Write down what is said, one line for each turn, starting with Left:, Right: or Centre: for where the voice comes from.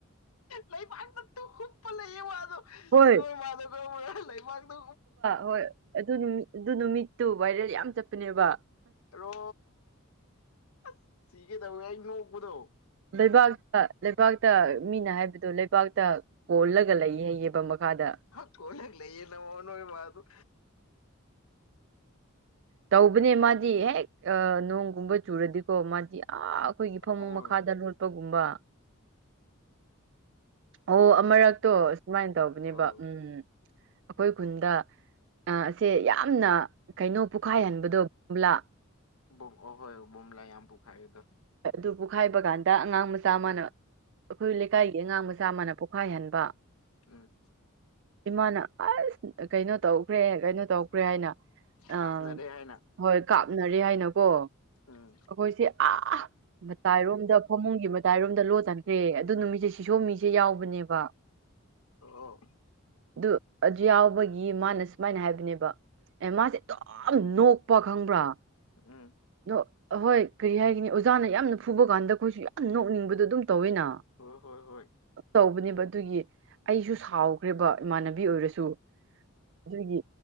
Left: ꯂꯩꯕꯥꯛꯇ ꯇꯨ ꯍꯨꯞꯄ ꯂꯩꯌꯦ ꯋꯥꯗꯣ
Right: ꯍꯣꯏ
Left: ꯅꯣꯏ ꯃꯥꯗꯣ <unintelligible> ꯂꯩꯕꯥꯛꯇ
Right: ꯍꯣꯏ ꯑꯗꯨ ꯅꯨꯃꯤꯠ ꯑꯗꯨ ꯅꯨꯃꯤꯠꯇꯨ ꯚꯥꯏꯔꯦꯜ ꯌꯥꯝ ꯆꯠꯄꯅꯦꯕ꯫
Left: ꯔꯣ ꯑꯁ ꯁꯤꯒꯦ ꯇꯧꯋꯦ ꯑꯩ ꯅꯣꯛꯄꯗꯣ꯫
Right: ꯂꯩꯕꯥꯛꯇ ꯂꯩꯕꯥꯛꯇ ꯃꯤꯅ ꯍꯥꯏꯕꯗꯣ꯫ ꯂꯩꯕꯥꯛꯇ ꯀꯣꯜꯂꯒ ꯂꯩꯌꯦ ꯌꯦꯕ ꯃꯈꯥꯗ
Left: <unintelligible> ꯅꯣꯏ ꯃꯥꯗꯨ
Right: ꯇꯧꯕꯅꯦ ꯃꯥꯗꯤ ꯍꯦꯛ ꯑ ꯅꯣꯡꯒꯨꯝꯕ ꯆꯨꯔꯗꯤꯀꯣ ꯃꯥꯗꯤ ꯑꯥ ꯑꯩꯈꯣꯏꯒꯤ ꯐꯃꯨꯡ
Left: ꯍꯣꯏ
Right: ꯃꯈꯥꯗ ꯂꯣꯠꯄꯒꯨꯝꯕ ꯑꯣ ꯑꯃꯔꯛꯇꯣ ꯁꯨꯃꯥꯏ ꯇꯧꯕꯅꯦꯕ
Left: ꯑꯧ
Right: ꯎꯝ ꯑꯩꯈꯣꯏ ꯈꯨꯟꯗ ꯑꯁꯦ ꯌꯥꯝꯅ ꯀꯩꯅꫭ ꯄꯨꯈꯥꯏꯍꯟꯕꯗꯣ ꯕꯥꯂꯥ
Left: ꯕꯨꯡ ꯑꯈꫭꯏ ꯑꯕꯨꯝꯂꯥꯏ ꯌꯥꯝ ꯄꯣꯈꯥꯏꯌꯦꯗ
Right: ꯑꯗꯨ ꯄꯣꯛꯈꯥꯏꯕ ꯀꯥꯟꯗ ꯑꯉꯥꯡ ꯃꯆꯥ ꯑꯃꯅ ꯑꯩꯈꯣꯏ ꯂꯩꯀꯥꯏꯒꯤ ꯑꯉꯥꯡ ꯃꯆꯥ ꯑꯃꯅ ꯄꯣꯈꯥꯏꯍꯟꯕ
Left: ꯎꯝ
Right: ꯏꯃꯥꯅ ꯑꯁ ꯀꯩꯅꯣ ꯇꯧꯈ꯭ꯔꯦ ꯀꯩꯅꯣ ꯇꯧꯈ꯭ꯔꯦ ꯍꯥꯏꯅ ꯑ
Left: ꯀꯥꯞꯅꯔꯦ ꯍꯥꯏꯅ
Right: ꯃꫭꯏ ꯀꯥꯞꯅꯔꯦ ꯍꯥꯏꯅꯀꯣ
Left: ꯎꯝ
Right: ꯑꯩꯈꯣꯏꯁꯦ ꯑ ꯃꯇꯥꯏꯔꯣꯝꯗ ꯐꯃꯨꯡꯒꯤ ꯃꯇꯥꯏꯔꯣꯝꯗ ꯂꯣꯠꯅꯈ꯭ꯔꯦ ꯑꯗꯨ ꯅꯨꯃꯤꯠꯁꯦ ꯁꯤ ꯁꯣꯝꯃꯤ ꯁꯦ ꯌꯥꯎꯕꯅꯦꯕ
Left: ꯑꯣ
Right: ꯑꯗꯨ ꯑꯗꯨ ꯌꯥꯎꯕꯒꯤ ꯃꯥꯅ ꯁꯨꯃꯥꯏꯅ ꯍꯥꯏꯕꯅꯦꯕ ꯑꯦ ꯃꯥꯁꯦ ꯑꯗꯨꯝ ꯅꯣꯛꯄ ꯈꯪꯕ꯭ꯔꯥ
Left: ꯎꯝ
Right: ꯑꯗꫭ ꯍꯣꯏ ꯀꯔꯤ ꯍꯥꯏꯒꯅꯤ ꯑꯣꯖꯥꯅ ꯌꯥꯝꯅ ꯐꯨꯕ ꯀꯥꯟꯗ ꯑꯩꯈꯣꯏꯁꯨ ꯌꯥꯝꯅ ꯅꯣꯛꯅꯤꯡꯕꯗꯣꯗꯨꯝ ꯇꯧꯋꯤꯅ
Left: ꯍꯣꯏ ꯍꯣꯏ ꯍꯣꯏ
Right: ꯇꯧꯕꯅꯦꯕ ꯑꯗꯨꯒꯤ ꯑꯩꯁꯨ ꯁꯥꯎꯈ꯭ꯔꯦꯕ ꯏꯃꯥꯟꯅꯕꯤ ꯑꯣꯏꯔꯁꯨ ꯑꯗꯨꯒꯤ